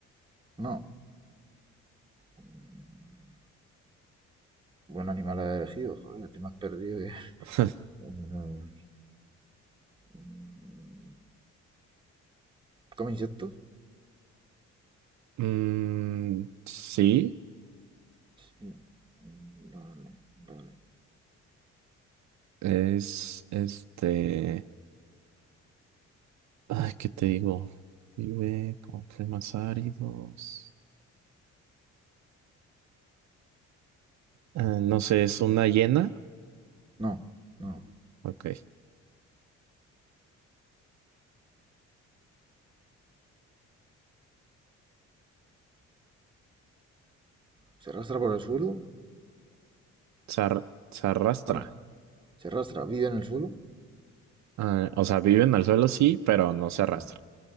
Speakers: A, on the right; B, on the right.
A: No. Mm, Buen animal has elegido, joder, te me has perdido. eh.
B: <laughs>
A: <laughs> Eh, mm, ¿Come insectos?
B: Mm, sí.
A: Sí. Vale, vale.
B: Es este. Ay, ¿qué te digo? Vive con climas áridos. Ah, no sé, es una hiena.
A: No, no.
B: Ok.
A: ¿Se arrastra por el suelo?
B: Se, ar- se arrastra.
A: Bueno, se arrastra. ¿Vive en el suelo?
B: Ah, o sea, vive en el suelo, sí, pero no se arrastra.
A: Sí.